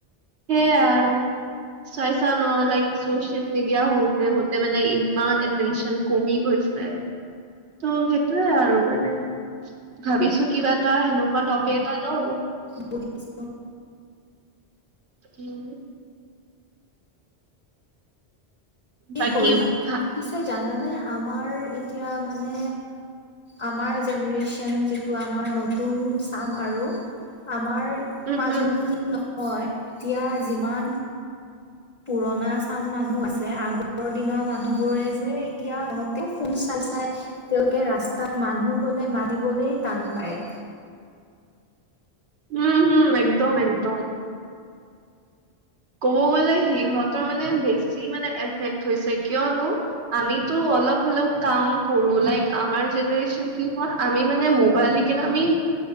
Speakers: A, on the right; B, on the left.
A: সেয়াই আৰু চাইছা নহয় লাইক চচিয়েল মিডিয়া হ'তে ব মানে ইমান এটেনচন কমি গৈছে। ত' সেইটোয়ে আৰু মানে ভাবিছো কিবা এটা সেনেকুৱা টপিক এটা লওঁ।
B: ব <unintelligible>
A: উম।
B: কি
A: বাকী
B: কৰিছ?
A: ভা
B: পিছে জানানে আমাৰ এতিয়া মানে আমাৰ জেনেৰে্চন যিটো আমাৰ নতুন চাম আৰু আমাৰ
A: উম
B: মাজত
A: উম
B: বুলি নহয় এতিয়া যিমান পুৰণা চাম মানুহ আছে আগৰ দিনৰ মানুহ বোৰে যে এতিয়া সতে ফোন চাই তেওঁলোকে ৰাস্তাত মানুহ গ'লে মাৰিবলৈ টান পায়।
A: <inaudible> উম হম একদম একদম। ক'ব গ'লে সিহঁতৰ মানে বেছি মানে এফেক্ট হৈছে কিয়নো আমিতো অলপ হলেও কাম কৰো লাইক আমাৰ জেনেৰে্চন কি হয় আমি মানে মোবাইল আমি